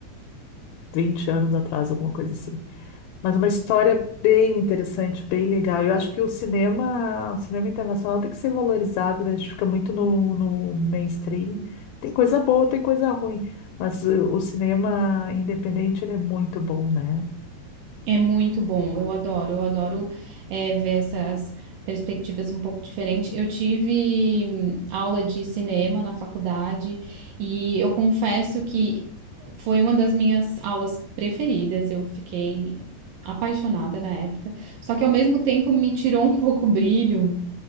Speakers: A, on the left; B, on the right.
A: 20 anos atrás, alguma coisa assim. Mas uma história bem interessante, bem legal. Eu acho que o cinema, o cinema internacional tem que ser valorizado, né? A gente fica muito no, no mainstream. Tem coisa boa, tem coisa ruim, mas o, o cinema independente ele é muito bom, né?
B: É muito bom, eu adoro, eu adoro é, ver essas perspectivas um pouco diferentes. Eu tive hum, aula de cinema na faculdade e eu confesso que foi uma das minhas aulas preferidas, eu fiquei apaixonada na época, só que ao mesmo tempo me tirou um pouco o brilho